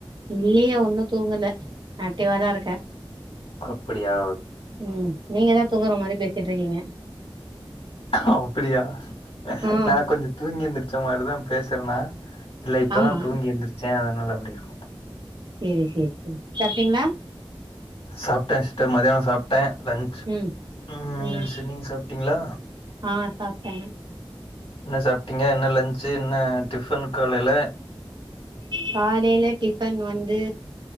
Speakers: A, on the right; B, on the left.
A: இல்லியே ஒன்னு தூங்கலே ஆகட்டிவா தா இருக்கே
B: அப்பிடியா
A: ம் நீங்க தா தூங்குற மாரி பேசிட்டு இருக்கீங்க
B: அப்டியா
A: ஆ
B: நா கொஞ்சோ தூங்கி எந்திரிச்ச மாரிதா பேசுறனா இல்ல இப்பதா
A: ஆமா
B: தூங்கி எந்திரிச்சே அதுனால அப்டிருக்கோ
A: சேரி சேரி செரி சாப்டீங்ளா
B: சாப்ட்டே சிஸ்டர் மதியானொ சாப் டேன் லன்ச்
A: ம்
B: ம்மீல்ஸ்
A: ம்
B: நீங்க சாப்ட்டீங்ளா
A: ஆ சாப்ட்டேங்க
B: என்ன சாப்ட்டீங்க என்ன லன்ச்சு என்ன டிஃபன் காலைல
A: காலேல டிஃபன் வந்து